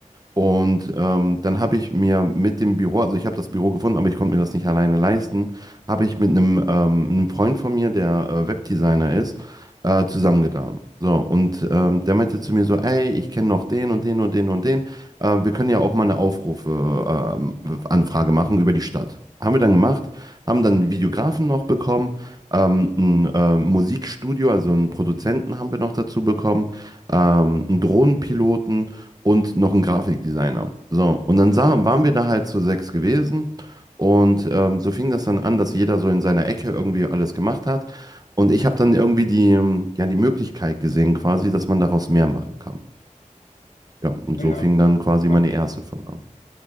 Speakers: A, on the right; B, on the left.
A: Und ähm, dann habe ich mir mit dem Büro, also ich habe das Büro gefunden, aber ich konnte mir das nicht alleine leisten, habe ich mit einem, ähm, einem Freund von mir, der äh, Webdesigner ist, äh, zusammengetan. So, und ähm, der meinte zu mir so, ey, ich kenne noch den und den und den und den. Äh, wir können ja auch mal eine Aufrufe, ähm, Anfrage machen über die Stadt. Haben wir dann gemacht, haben dann einen Videografen noch bekommen, ähm, ein äh, Musikstudio, also einen Produzenten haben wir noch dazu bekommen, ähm, einen Drohnenpiloten und noch ein Grafikdesigner. So, und dann sah, waren wir da halt zu sechs gewesen und ähm, so fing das dann an, dass jeder so in seiner Ecke irgendwie alles gemacht hat. Und ich habe dann irgendwie die, ähm, ja, die Möglichkeit gesehen, quasi, dass man daraus mehr machen kann. Ja, und
B: Naja,
A: so
B: ja.
A: fing dann quasi
B: Ja,
A: meine erste Firma an.